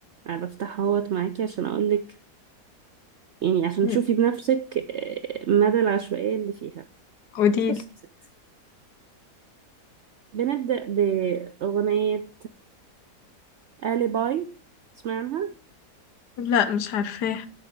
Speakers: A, on the right; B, on the left.
A: انا بفتحها اهوت معاكي عشان اقول لك يعني عشان
B: مم.
A: تشوفي بنفسك آه، مدى العشوائية اللي فيها
B: قوليلي
A: بصي يا ستي، بنبدأ بأغنية آلي باي سمعناها
B: لا مش عارفاه